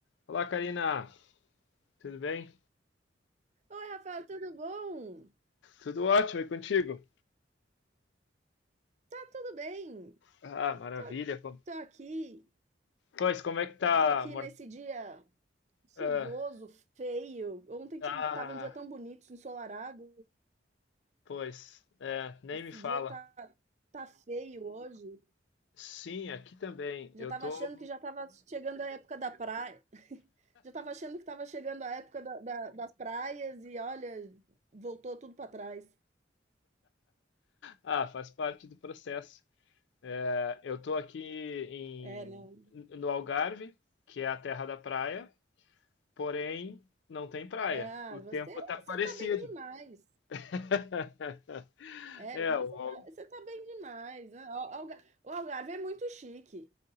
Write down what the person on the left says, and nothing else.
Olá, Karina. Tudo bem?
Tudo ótimo, e contigo?
Ah, maravilha.
Com-
Pois, como é que tá,
amor?
Ah,
ah,
pois, é, nem
me fala.
Sim, aqui também.
Eu
tô.
Ah, faz parte do processo. É, eu tô aqui em,
no Algarve, que é a terra da praia, porém não tem praia.
O
tempo tá parecido.
<laughs>
É,
o